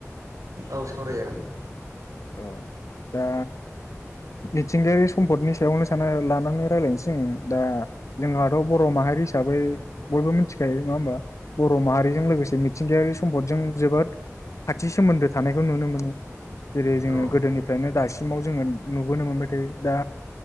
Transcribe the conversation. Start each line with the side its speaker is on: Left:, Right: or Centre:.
Right: औ सावराय जागोन <inaudible>
Left: औ दा मिथिंगायारि सम्पदनि सायावनो सान लानानै रायज्लायनोसै दा जोंहा बर माहारि हिसाबै बयबो मिथि गायो नङा होमबा बर माहारिजों लोगोसे मिथिंगायारि सम्पदजों जोबोद खाथि सोमोन्दो थानायखौ नुनो मोनो जेरै जोङो
Right: औ
Left: गोदोनिफ्रायनो दासिमाव जोङो नुबोनो मोनबाय थायो दा